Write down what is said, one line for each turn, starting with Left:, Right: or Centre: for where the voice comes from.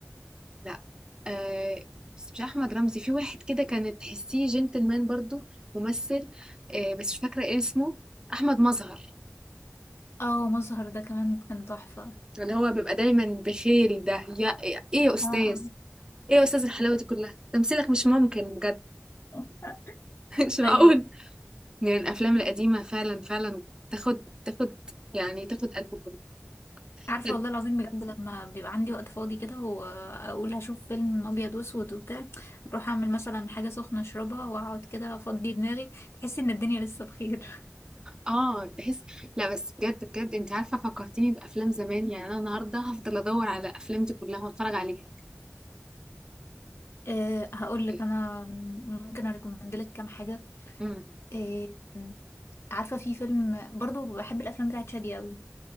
Right: لا آه بس مش احمد رمزي في واحد كده كانت تحسيه جنتلمان برضو ممثل آه بس مش فاكره ايه اسمه احمد مظهر
Left: اه مظهر ده كمان كان تحفه
Right: اللي هو بيبقى دايما بخيل ده يا ايه يا استاذ
Left: اه آه.
Right: ايه يا استاذ الحلاوه دي كلها تمثيلك مش ممكن بجد
Left: <laughs>
Right: <laughs> مش معقول
Left: ايوه
Right: من الافلام القديمه فعلا فعلا تاخد تاخد يعني تاخد قلب كله صدق
Left: عارفة والله العظيم بجد لما بيبقى عندي وقت فاضي كده وأقول هشوف فيلم أبيض وأسود وبتاع أروح أعمل مثلا حاجة سخنة أشربها وأقعد كده أفضي دماغي تحس إن الدنيا لسه بخير <laughs>
Right: اه تحس لا بس بجد بجد انت عارفه فكرتيني بافلام زمان يعني انا النهارده هفضل ادور على الافلام دي كلها واتفرج عليها
Left: أه هقول
Right: حقيقي.
Left: لك أنا ممكن أريكومند لك كام حاجة
Right: امم
Left: أه عارفة في فيلم برضو بحب الأفلام بتاعت شادية أوي